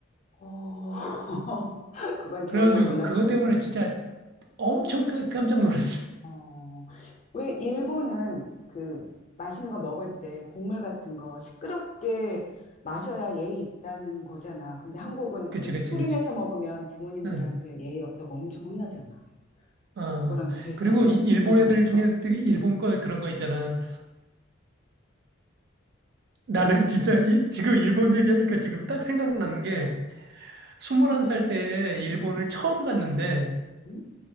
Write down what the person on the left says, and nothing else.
어, <laughs> 그건 전혀
몰랐었어.
어, 왜 일본은 그 맛있는 거 먹을 때 국물 같은 거 시끄럽게 마셔야 예의 있다는 거잖아. 근데 한국은
소리
내서 먹으면 부모님들한테
예의 없다고 엄청 혼나잖아.
그거랑 좀 비슷하네.
소리 내서
먹는
거?
응,
응,
응,